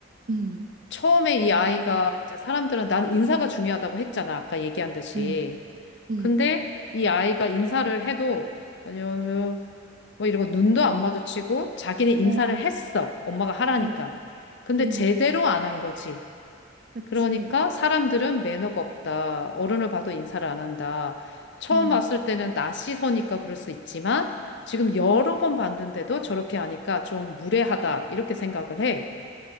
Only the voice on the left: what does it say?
처음에 이 아이가 이제 사람들은 난 인사가 중요하다고 했잖아. 아까 얘기한 듯이.
근데 이 아이가 인사를 해도, 안녕하세요. 뭐 이러고 눈도 안 마주치고 자기는 인사를
했어. 엄마가 하라니까.
근데
제대로 안 한 거지.
그러니까 사람들은 매너가 없다. 어른을 봐도 인사를 안 한다. 처음
봤을 때는 낯이 서니까 그럴 수 있지만 지금 여러
번 봤는데도 저렇게 하니까 좀 무례하다. 이렇게 생각을 해.